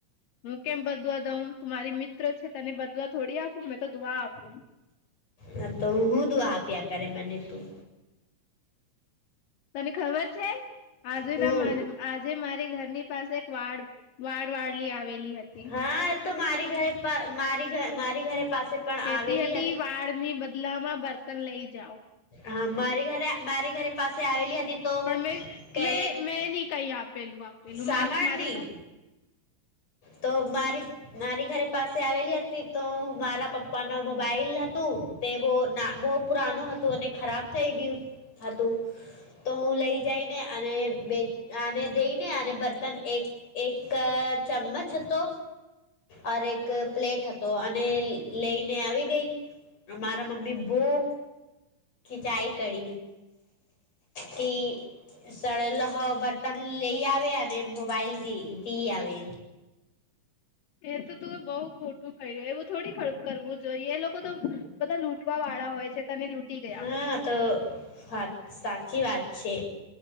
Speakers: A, on the left (about 85°); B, on the left (about 50°).
A: હું કેમ બદવા દઉં તું મારી મિત્ર છે તને બદવા થોડી આપું મેં તો દુઆ આપું
B: હ તો હું દું આપ્યા કરે મને તું
A: તને ખબર છે આજુ
B: હું
A: ના મારે આજે મારી ઘરની પાસે એક વાળ વાડ વાળલી આવેલી હતી
B: હા તો મારી ઘરે મારી મારી ઘરે પાસે પણ
A: કેતી
B: આવેલી
A: હતી વાળ ની બદલા માં બર્તન લઈ જાઓ
B: હા મારી ઘરે મારી ઘરે પાસે આવેલી હતી તો
A: પણ મે
B: કે
A: મે મેં નહી કઈ આપેલું આપેલું
B: સાંભળની
A: મારી મારી પા
B: તો મારી મારી ઘરે પાસે આવેલી હતી તો મારા પપ્પા ન મોબાઈલ હતું તે બહ ના બહુ પુરાનું હતું અને ખરાબ થઈ ગયું હતું તો હું લઈ જઈને અને બે આને દઈને અને બર્તન એક એક ચમ્મચ હતો અરે એક પ્લેટ હતો અને લઈને આવી ગઈ અમારા મમ્મી બહ ખિચાઈ કર કે સળલો બર્તન લઈ આવે અને મોબાઈલ દી આવે
A: એ તો તું બઉુ ખોટું ખાઈ ગય એવું થોડી કરવું જોઈએ એ લોકો તો બધા લૂંટવા વાળા હોય છે. તને લૂંટી ગયા
B: હા તો વાત સાચી વાત છે.